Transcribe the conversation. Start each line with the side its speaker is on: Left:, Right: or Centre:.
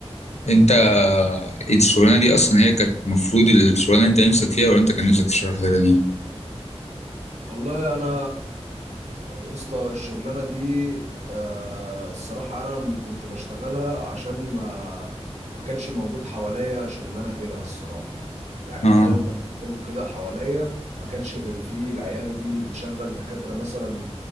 Left: انت الشغلانه دي اصلا هي كانت المفروض الشغلانه انت نفسك فيها ولا انت كان نفسك في شغل حاجه تانية
Right: والله انا يا اسطى الشغلانه دي آه، الصراحه انا كنت بشتغلها عشان ما ما كانش موجود حواليا شغلانه غيرها الصراحه يعني
Left: اه
Right: مجال الاطفال وكده حواليا ما كانش غير فيه العياده دي اللي بتشغل دكاتره مثلا